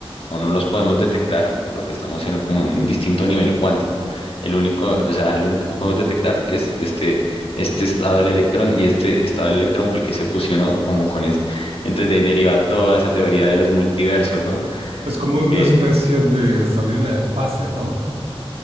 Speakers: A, on the left (about 70°); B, on the right (about 75°).
A: o no los podemos detectar porque estamos en como un distinto nivel cuántico. El único, o sea, el único que podemos detectar es este, este estado del electrón y este estado del electrón fue el que se fusionó como con este. Entonces de ahí deriva toda esa teoría de los multiversos, ¿no?
B: Es como una
A: Que
B: especie de salida de fase, ¿no?